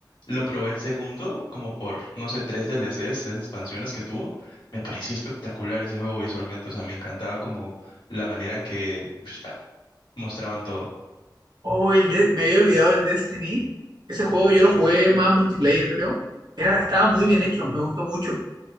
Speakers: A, on the left (about 80°); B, on the right (about 65°).
A: lo probé el segundo, como por, no sé, tres DLCs, tres expansiones que tuvo. Me pareció espectacular ese juego visualmente, o sea, me encantaba como la manera en que ush, ah, mostraban todo.
B: Oh, el de- me había olvidado el Destiny. Ese juego yo lo jugué más multiplayer, creo. Era, estaba muy bien hecho, me gustó mucho.